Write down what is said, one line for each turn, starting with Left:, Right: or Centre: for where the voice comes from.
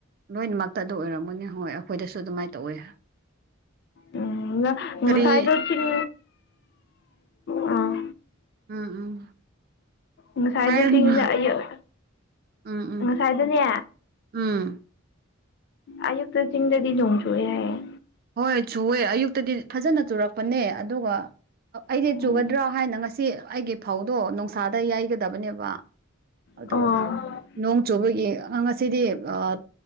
Right: ꯂꯣꯏꯅꯃꯛꯇ ꯑꯗꯨ ꯑꯣꯏꯔꯝꯒꯅꯤ ꯍꯣꯏ ꯑꯩꯈꯣꯏꯗꯁꯨ ꯑꯗꯨꯃꯥꯏꯅ ꯇꯧꯋꯦ꯫
Left: ꯎꯝ
Right: ꯀꯔꯤ
Left: ꯉꯁꯥꯏꯗꯣ ꯆꯤꯡ꯫ ꯑꯥ
Right: ꯎꯝ ꯎꯝ꯫
Left: ꯉꯁꯥꯏꯗꯨ
Right: ꯍꯥꯏꯔꯅꯨ
Left: ꯆꯤꯡꯗ ꯑꯌꯨꯛ
Right: ꯎꯝ ꯎꯝ
Left: ꯉꯁꯥꯏꯗꯨꯅꯦ꯫
Right: ꯎꯝ꯫
Left: ꯑꯌꯨꯛꯇ ꯆꯤꯡꯗꯗꯤ ꯅꫭꯡ ꯆꯨꯌꯦ ꯍꯥꯏꯌꯦ꯫
Right: ꯍꯣꯏ ꯆꯨꯑꯦ ꯑꯌꯨꯛꯇꯗꯤ ꯐꯖꯅ ꯆꯨꯔꯛꯄꯅꯦ ꯑꯗꯨꯒ꯫ ꯑꯩꯗꯤ
Left: ꯎꯝ
Right: ꯆꯨꯒꯗ꯭ꯔ ꯍꯥꯏꯅ ꯉꯁꯤ ꯑꯩꯒꯤ ꯐꯧꯗꯣ ꯅꯨꯡꯁꯥꯗ ꯌꯥꯩꯒꯗꯕꯅꯦꯕ꯫ ꯑꯗꯣ
Left: ꯑꯣ
Right: ꯅꯣꯡ ꯆꯨꯕꯒꯤ ꯑ ꯉꯁꯤꯗꯤ ꯑꯥ꯫